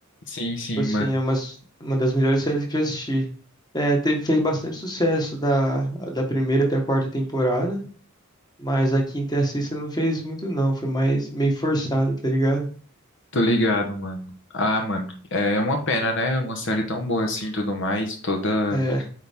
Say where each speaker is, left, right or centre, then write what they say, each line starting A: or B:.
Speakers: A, on the left (about 60°); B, on the left (about 20°).
A: Sim, sim,
B: Tipo assim,
A: mano.
B: é umas, uma das melhores séries que já assisti. É, teve, fez bastante sucesso da, da primeira até a quarta temporada, mas a quinta e a sexta não fez muito não, foi mais meio forçado, tá ligado?
A: Tô ligado, mano. Ah, mano, é uma pena, né? Uma série tão boa assim, tudo mais, toda
B: É,